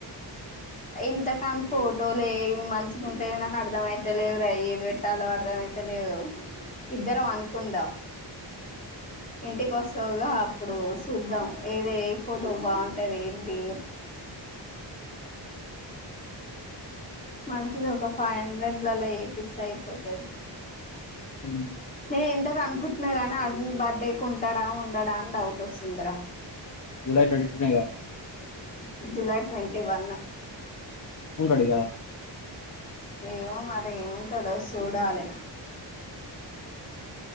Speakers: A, on the left (about 20°); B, on the left (about 40°).
A: ఇంతకని ఫోటోలు ఏవి మంచిగుంటయో నాకు అర్ధం అయిత లేవు రా ఏది పెట్టాలో అర్ధం అయితే లేవు ఇద్దరం అనుకుందాం ఇంటికి వస్తావుగా అప్పుడు చూద్దాం ఏద ఏ ఫోటో బాగుంటది ఏంది మంచిగ ఒక ఫైవ్ హండ్రెడ్ లలో ఏపిస్తే అయిపోతది
B: ఉమ్
A: ఏ ఎంత కనుకు కుట్టిన గానీ అర్జున్ బర్త్డే కి ఉంటాడా ఉండడా అని డౌట్ వస్తుందరా
B: జులై ట్వంటీ టూ నేగా
A: జూలై ట్వంటీ వన్
B: ఉంటాడిగా
A: ఏమో మరి ఏం ఉంటడో సూడాలి